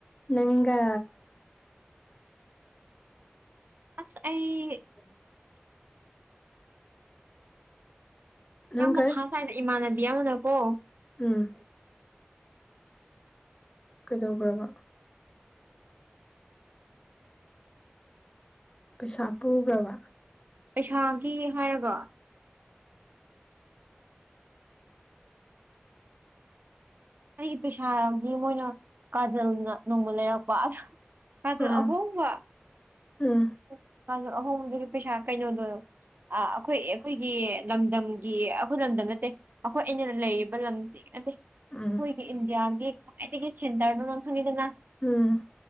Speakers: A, on the left; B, on the right.
A: ꯅꯪꯒ꯫
B: ꯑꯁ ꯑꯩ꯫
A: <unintelligible> ꯅꯪ
B: ꯌꯥꯝ ꯃꯊꯥ
A: ꯀꯩ
B: ꯁꯥꯏꯗ ꯏꯃꯥꯟꯅꯕꯤ ꯑꯃꯅꯀꯣ꯫
A: ꯎꯝ꯫ ꯀꯩꯗꯧꯈ꯭ꯔꯕ ꯄꯩꯁꯥ ꯄꯨꯈ꯭ꯔꯕ
B: ꯄꯩꯁꯥꯒꯤ ꯍꯥꯏꯔꯒ ꯑꯩꯒꯤ ꯄꯩꯁꯥꯒꯤ ꯃꯣꯏꯅ ꯀꯥꯖꯜꯅ ꯅꯣꯡꯃ ꯂꯩꯔꯛꯄ ꯑꯁ ꯀꯥꯖꯜ
A: ꯑꯥ
B: ꯑꯍꯣꯡꯕ꯫
A: ꯎꯝ꯫
B: <unintelligible> ꯑ ꯑꯩꯈꯣꯏ ꯑꯩꯈꯣꯏꯒꯤ ꯂꯝꯗꯝꯒꯤ ꯑꯩꯈꯣꯏ ꯂꯝꯗꯝ ꯅꯠꯇꯦ꯫ ꯑꯩꯈꯣꯏ ꯑꯩꯅ ꯂꯩꯔꯤꯕ ꯂꯝꯁꯤ ꯅꯠꯇꯦ
A: ꯎꯝ
B: ꯑꯈꯣꯏ ꯏꯟꯗꯤꯌꯥꯒꯤ ꯈ꯭ꯋꯥꯏꯗꯒꯤ ꯁꯦꯟꯇꯔꯗꯣ ꯅꯪ ꯈꯪꯉꯤꯗꯅ
A: ꯎꯝ